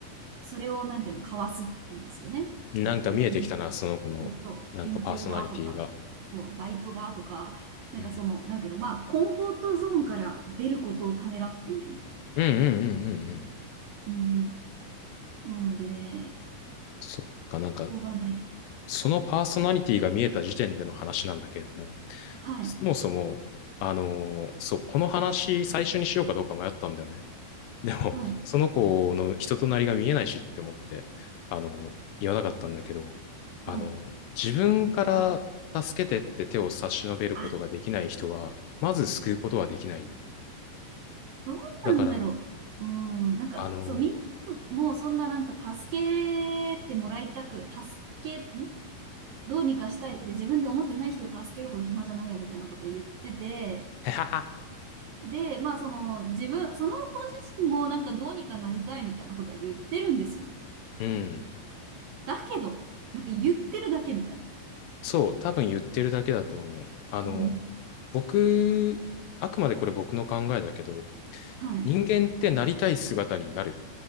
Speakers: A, on the right; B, on the left.
A: それをなんていうの、かわすんですよね。
B: なんか見えてきたな、
A: なんか、いや、ち
B: その子の、
A: ょっと研究がとか、
B: なんかパーソナリティが。
A: そう、バイトがとか、なんかその、
B: うん。
A: なんていうの、まあコンフォートゾーンから出ることをためらっているみたいな。
B: うんうんうんうんうん。
A: うんうん。なので、
B: そっか、なんか、
A: ここがね、
B: そのパーソナリティが見えた時点での話なんだけれども、
A: はい、
B: そもそも、あのーそう、この話最初にしようかどうか迷ったんだよね。でも、
A: はい、
B: その子の人となりが見えないしって思って、あのー言わなかったんだけど、
A: はい。
B: あのー自分から助けてって手を差し伸べることができない人は、
A: あ、
B: まず救うことはできない。
A: どうなんだろう。
B: だから、
A: うん、なんか、
B: あの
A: そう、みんなもそんななんか助けてもらいたく、助け、んどうにかしたいって自分で思ってない人を助けるほど暇じゃないよみたいなことは言ってて、
B: ー、<laughs> へはは
A: で、まあその自分、その子自身もなんかどうにかなりたいみたいなことは言ってるんですよ。
B: うん。
A: だけど、なんか言ってるだけみたいな。
B: そう、多分言ってるだけだと思う。あの、
A: うん、
B: 僕、あくまでこれ僕の考えだけど、
A: はい。
B: 人間ってなりたい姿になる